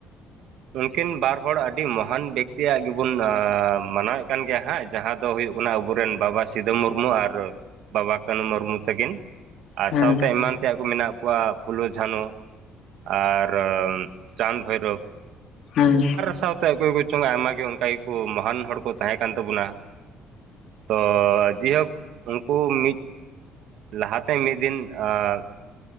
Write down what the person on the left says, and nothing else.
ᱦᱮᱸ
ᱦᱮᱸ ᱾